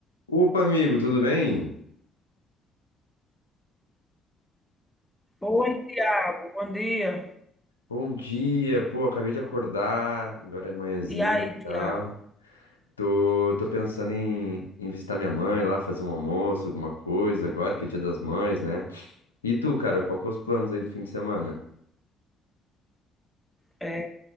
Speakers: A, on the left; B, in the centre.
A: Opa, amigo, tudo bem?
B: Oi, Tiago, bom dia.
A: Bom dia. Pô, acabei de acordar, agora é manhãzinha
B: E aí,
A: e
B: Tiago?
A: tal. Tô, tô pensando em, em visitar minha mãe lá, fazer um almoço, alguma coisa, agora que é Dia das Mães, né? E tu, cara, qual que é os planos aí do fim de semana?
B: É,